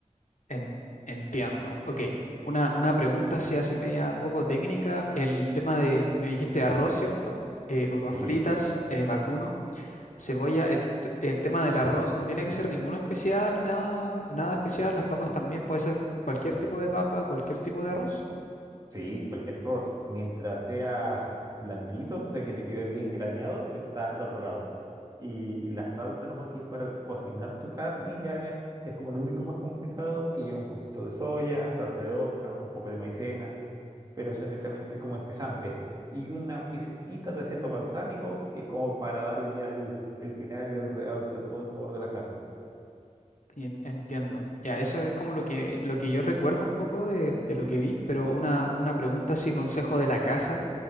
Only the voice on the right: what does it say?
Sí.
Sí, cualquier arroz. Mientras sea <laughs> blandito, o sea, que te quede bien graneado, estás al otro lado. Y, y la salsa nomás que es para cocinar tu carne ya es, es como lo único más complicado, que lleva un poquito de soya, salsa de ostras, un poco de maicena, pero eso es netamente como espesante. Y una pizquita de aceto balsámico, que es como para darle ya el, el final y el realza a todo el sabor de la carne.